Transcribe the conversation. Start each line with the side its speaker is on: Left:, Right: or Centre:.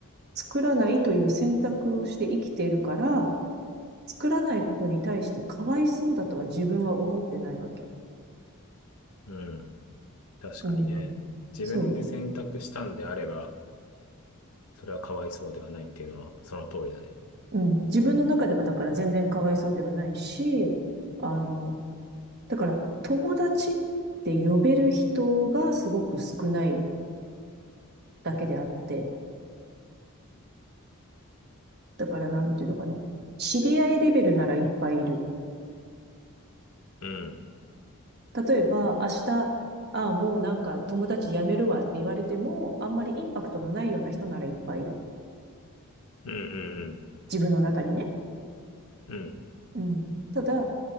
Right: 作らないという選択をして生きているから、作らないことに対してかわいそうだとは自分は思ってないわけ。
Left: うん。確かにね。
Right: うん。
Left: 自分で選択したんであれば、
Right: そ
Left: それはかわいそうではないっていうのはその通りだね。
Right: う。うん。自分の中ではだから全然かわいそうではないし、あの、だから友達って呼べる人がすごく少ないだけであって、だからなんていうのかな。知り合いレベルならいっぱいいる。
Left: うん。
Right: 例えば、明日、ああ、もうなんか友達辞めるわって言われても、あんまりインパクトのないような人ならいっぱいいる。
Left: うんうん
Right: 自分の中にね。
Left: うん。
Right: うん。ただ、